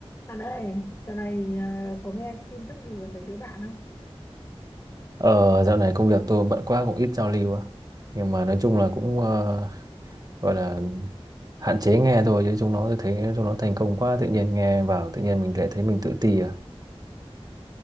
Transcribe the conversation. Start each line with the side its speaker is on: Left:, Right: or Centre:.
Left: Bạn ơi, dạo này ờ, có nghe tin tức gì về mấy đứa bạn không?
Right: Ờ, dạo này công việc tôi bận quá cũng ít giao lưu á. Nhưng mà nói chung là cũng ờ, gọi là hạn chế nghe thôi chứ chúng nó tôi thấy chúng nó thành công quá tự nhiên nghe vào tự nhiên mình lại thấy mình tự ti à.